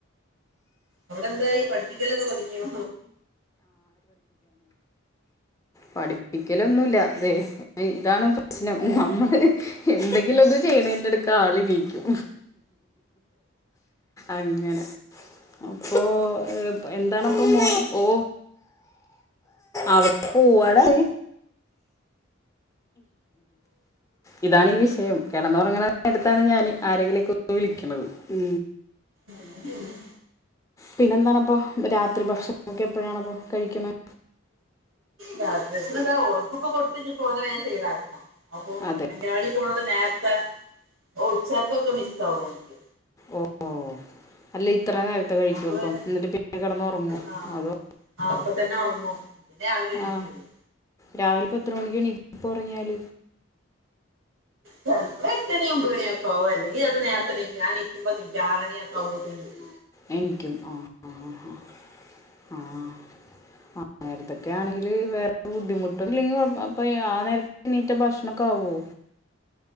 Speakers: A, on the right; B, on the left.
A: അവിടെ എന്തായി പഠിപ്പിക്കലൊക്കെ തുടങ്ങിയോ
B: പഠിപ്പിക്കലൊന്നുമല്ല അതെ ഇതാണ് പ്രശ്നം നമ്മള് എന്തെങ്കിലും ഇത് ചെയ്യണതിന്റെ അടുക്ക ആളീരീക്കും അങ്ങനെ അപ്പൊ എന്താണപ്പൊ മോന ഓ അവിടെ പോവാടാ ഉ ഇതാണ് ഈ വിഷയം കിടന്നുറങ്ങന എടുത്താണ് ഞാൻ ആരെങ്കിലേക്ക വിളിക്കുന്നത് ഉ
A: <unintelligible>
B: പിന്നെന്തണപ്പൊ രാത്രി ഭക്ഷണം നൊക്കെ എപ്പഴാണ്പ്പൊ കഴിക്കുന്നത്
A: രാത്രി ഭക്ഷണം എന്താ ഓനക്കിപ്പൊ കൊടുത്ത് ഓനെ വേഗം സൈഡ് ആക്കണം അപ്പോ
B: അതെ
A: അംഗൻവാടി പോണൊണ്ട് നേരത്തെ ഉച്ചർക്കൊക്കെ മിസ് ആകും ഓൻക്ക്
B: ഓ ഓ അല്ലെ ഇത്രയും നേരത്തെ കഴിക്കും
A: അപ്പൊ
B: അപ്പം
A: പിന്നെ
B: എന്നിട്ട് പിന്നെ കിടന്ന് ഉറങ്ങും
A: ആ
B: അതോ
A: ആ അപ്പൊ തന്നെ ഉറങ്ങും പിന്നെ രാവിലെ എണീക്കോള്ളൂ
B: ആ രാവിലെ എത്ര മണിക്ക് എനീ ക്കും ഇപ്പോൾ ഉറങ്ങിയാൽ
A: ചിലപ്പോൾ എട്ടുമണി ഒൻമ്പത് മണിയൊക്കെ ആകും അല്ലെങ്കിൽ ചെലപ്പോൾ നേരത്തെ എനീക്കും ഞാൻ നീക്കുമ്പോ നീക്കും ആറ് മണിയൊക്കെ ആകുമ്പോത്തിന് നീക്കും
B: എനീക്കും ആ ഹ ഹഹ ആ ആ നേരത്തൊക്കെ ആണെങ്കില് വേറെ ബുദ്ധിമുട്ടും ഇല്ലെങ്കിലും കു അപ്പോ ആ നേരത്ത് എനീറ്റ ഭക്ഷണഒക്കെ വ വോ